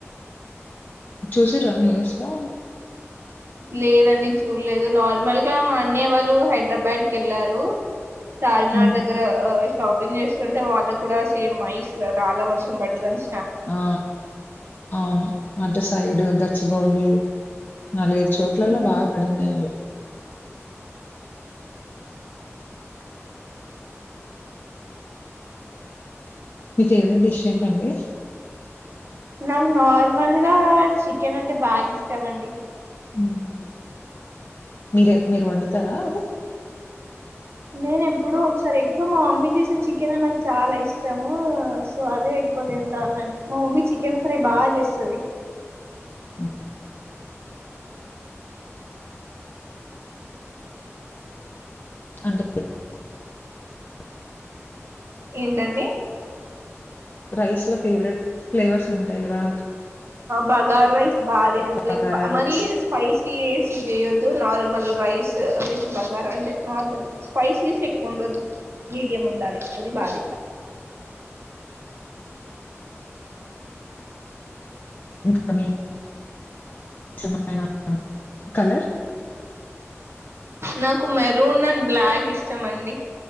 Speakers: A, on the left (about 40°); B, on the right (about 55°).
A: చూసిరా న్యూస్లో
B: లేదండి చూడలేదు నార్మల్గా మా అన్నయ వాళ్ళు హైదరాబాద్ క వెళ్ళారు చార్మినార్
A: హ్మ్.
B: దగ్గర షాపింగ్ చేస్తుంటే వాళ్ళకి కూడా సేమ్ మఐస్ రళ్ాల వర్షం పడ్దని
A: ఆ అవును అంటే సైడ్ గచ్చబౌలీ నాలుగైదు చోట్లలా
B: ఉమ్.
A: బాగా పడినాయిళ్ళు మీ ఫేవరెట్ డిష్ ఏంటండి.
B: నాకు నార్మల్గా చికెన్ అంటే బాగా ఇష్టమండి
A: మ్ హూ మీరు మీరు వండుతారా అది
B: నేను ఎప్పుడో ఒకసారి ఎక్కువ మా మమ్మీ చేసే చికెనే నాకు చాలా ఇష్టము, సో అదే ఎక్కువ తింటాన్ నేను. మా మమ్మీ చికెన్ ఫ్రై బాగా చేస్తది.
A: ఆ <inaudible> అంటే <inaudible>
B: ఏంటండి
A: రైస్ లో ఫేవరెట్ ఫ్లేవర్స్ ఉంటాయి గా
B: బగార్ రైస్ బాగ
A: బగారా రైస్
B: మరీ స్పైసి సీజెయొద్దు నార్మల్ రైస్ రైస్ బగారా అంటే, నార్మల్ స్పైసీస్ ఎక్కువ ఉండొద్దు, మీడియం ఉండాలి అది బాధింట.
A: ఇంకా మీ <inaudible> కలర్
B: నాకు మెరూన్ అండ్ బ్లాక్ ఇష్టం అండి